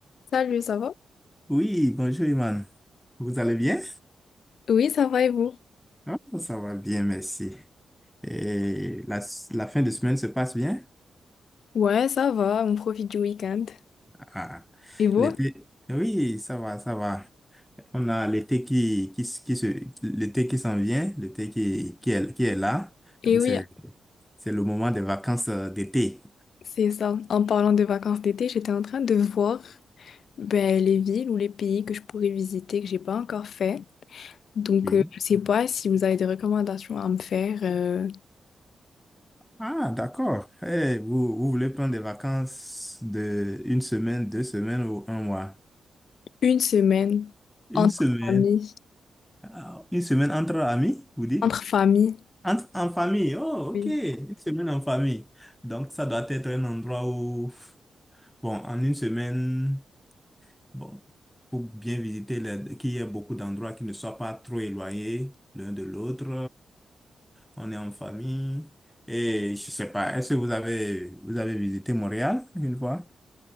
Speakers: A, on the left (about 65°); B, in the centre.
A: Salut, ça va?
B: Oui, bonjour Iman. Vous allez bien?
A: Oui, ça va et vous?
B: Ah, ça va bien, merci. Et la, la fin de semaine se passe bien?
A: Ouais, ça va, on profite du week-end.
B: Ah,
A: Et vous?
B: l'été, oui, ça va, ça va. On a l'été qui, qui, s- qui se, l'été qui s'en vient, l'été qui, qui est, qui est là.
A: Et
B: Donc,
A: oui,
B: c'est, c'est le moment des vacances euh, d'été.
A: c'est ça. En parlant de vacances d'été, j'étais en train de voir ben, les villes ou les pays que je pourrais visiter que j'ai pas encore fait. Donc,
B: Ok.
A: euh, je sais pas si vous avez des recommandations à me faire euh,
B: Ah, d'accord. Eh, vous, vous voulez prendre des vacances de une semaine, deux semaines ou un mois?
A: une semaine
B: Une
A: entre
B: semaine,
A: familles.
B: Ah, une semaine entre amis, vous dites?
A: Entre familles,
B: En, en famille, oh,
A: oui.
B: ok, une semaine en famille. Donc, ça doit être un endroit où, bon, en une semaine, bon, pour bien visiter, les- qu'il y ait beaucoup d'endroits qui ne soient pas trop éloignés l'un de l'autre. On est en famille. Et je sais pas, est-ce que vous avez, vous avez visité Montréal une fois?